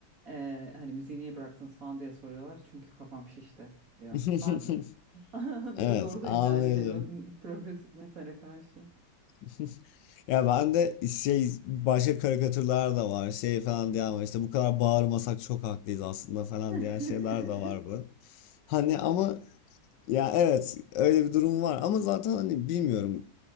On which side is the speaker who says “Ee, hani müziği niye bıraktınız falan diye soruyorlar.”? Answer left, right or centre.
Right